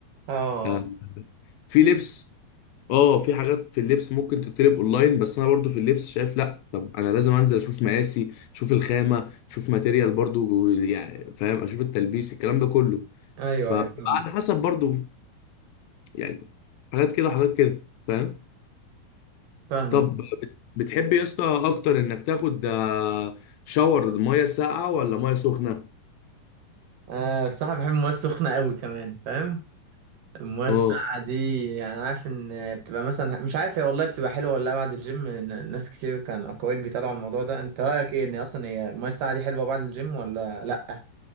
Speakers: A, on the right; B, on the left.
A: اه
B: آه في لبس اه في حاجات في اللبس ممكن تتطلب اونلاين بس انا برضو في اللبس شايف لا طب انا لازم انزل اشوف مقاسي اشوف الخامه اشوف ماتيريال برضو يعني فاهم اشوف التلبيس الكلام ده كله
A: ايوه
B: فبتبقى
A: ايوه فاهم
B: على حسب برضو يعني حاجات كده وحاجات كده فاهم
A: فاهمك
B: طب بت- بتحب يا اسطى اكتر انك تاخد آه، شاور ميه ساقعه ولا ميه سخنه
A: آه بصراحه بحب المويه السخنه قوي كمان فاهم المويه الساقعه
B: اه
A: دي يعني عارف ان بتبقى مثلا مش عارف هي والله بتبقى حلوه ولا لا بعد الجيم ن- ناس كتير كان اقاويل بيتقالوا على الموضوع ده انت رايك ايه ان اصلا هي المويه الساقعه دي حلوه بعد الجيم ولا لا